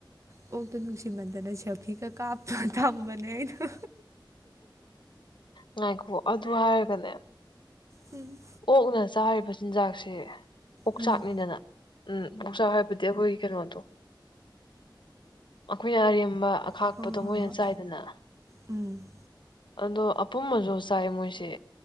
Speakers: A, on the right (about 40°); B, on the left (about 70°).
A: ꯀꯣꯛꯇꯣ ꯅꯨꯡꯁꯤꯃꯟꯗꯅ ꯁꯦꯜꯐꯤꯒ ꯀꯥꯞꯇꯨꯅ ꯊꯝꯕꯅꯦ ꯑꯩꯅ
B: ꯉꯥꯏꯈꯣ ꯑꯗꯨ ꯍꯥꯏꯔꯒꯅꯦ
A: ꯍꯝ
B: ꯑꯣꯛꯅ ꯆꯥꯔꯤꯕ ꯆꯤꯟꯖꯥꯛꯁꯦ ꯑꯣꯛꯆꯥꯛꯅꯤꯗꯅ
A: ꯎꯝ
B: ꯎꯝ ꯑꫭꯛꯆꯥꯛ ꯍꯥꯏꯕꯗꯤ ꯑꯩꯈꯣꯏꯒꯤ ꯀꯩꯅꯣꯗꯣ ꯑꯩꯈꯣꯏꯅ ꯑꯔꯦꯝꯕ ꯑꯈꯥꯛꯄꯗꯣ
A: ꯍꯣꯏ ꯍꯣꯏ
B: ꯃꯣꯏꯅ
A: ꯍꯣꯏ
B: ꯆꯥꯏꯗꯅ
A: ꯎꯝ
B: ꯑꯗꯣ ꯑꯄꯨꯝꯕꯁꯨ ꯆꯥꯏ ꯃꯣꯏꯁꯦ